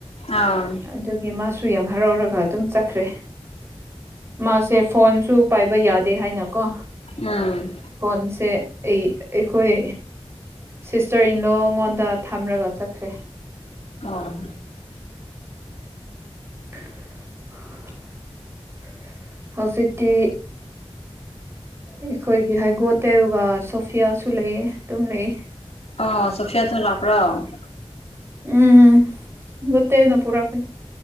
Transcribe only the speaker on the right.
ꯑꯗꯨꯒꯤ ꯃꯥꯁꯨ ꯁꯨ ꯌꯥꯝ ꯍꯔꯥꯎꯔꯒ ꯑꯗꯨꯝ ꯆꯠꯈ꯭ꯔꯦ꯫ ꯃꯥꯁꯦ ꯐꯣꯟꯁꯨ ꯄꯥꯏꯕ ꯌꯥꯗꯦ ꯍꯥꯏꯅꯀꯣ꯫
ꯉꯁꯦ ꯑꯩ ꯑꯩꯈꯣꯏ ꯁꯤꯁꯇꯔ ꯏꯟꯂꯣ ꯉꯣꯟꯗ ꯊꯝꯂꯒ ꯆꯠꯈ꯭ꯔꯦ꯫
<unintelligible> ꯍꯧꯖꯤꯛꯇꯤ ꯑꯩꯈꯣꯏꯒꯤ ꯍꯥꯏꯒꯣ ꯇꯦꯎꯒꯥ ꯁꯣꯐꯤꯌꯥꯁꯨ ꯂꯩ ꯑꯗꯨꯝ ꯂꯩ꯫
ꯎꯝ ꯅꯠꯇꯦ ꯑꯩꯅ ꯄꯨꯔꯛ